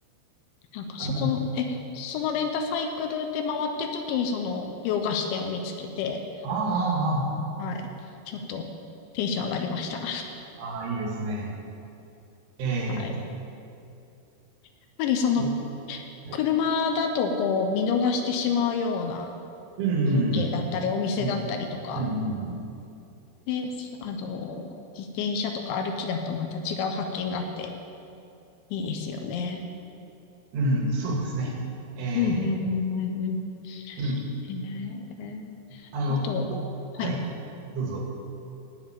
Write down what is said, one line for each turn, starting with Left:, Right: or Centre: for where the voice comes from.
Left: なんかそこの、
Right: あなるほど。
Left: え、そのレンタサイクルで回ってる時にその洋菓子店を見つけて、
Right: ああ、あ
Left: はい、ちょっとテンション上がりました。
Right: あ、ああ、いいですね。えー、
Left: はい。やっぱりその
Right: そう、はい。
Left: 車だとこう見逃してしまうような
Right: うん、
Left: 風景だったり、
Right: うん、
Left: お店だったりとか、
Right: うん、うん、
Left: ね、あの、自転車とか歩きだとまた違う発見があっていいですよね。
Right: うんうんそうですね。え
Left: うんうんうんうんうん。
Right: ー、うん、
Left: えー、
Right: あの、
Left: あとは、
Right: ぼ、はい、
Left: はい。
Right: どうぞ。